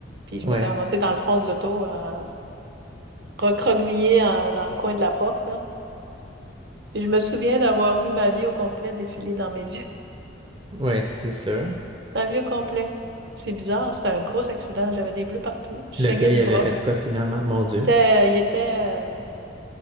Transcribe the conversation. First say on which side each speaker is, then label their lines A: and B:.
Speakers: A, on the right; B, on the right.
A: Puis je
B: Ouais.
A: m'étais ramassée dans le fond de l'auto, euh, recroquevillée en- dans le coin de la porte, là. Puis je me souviens d'avoir vu ma vie au complet défiler dans mes yeux.
B: Ouais, c'est sûr.
A: <laughs> Ma vie au complet. C'est bizarre, c'était un gros accident. J'avais des bleus partout. Je
B: Le
A: saignais
B: gars, il
A: du
B: avait
A: bras.
B: fait quoi finalement? Mon Dieu.
A: Il était, il était, euh,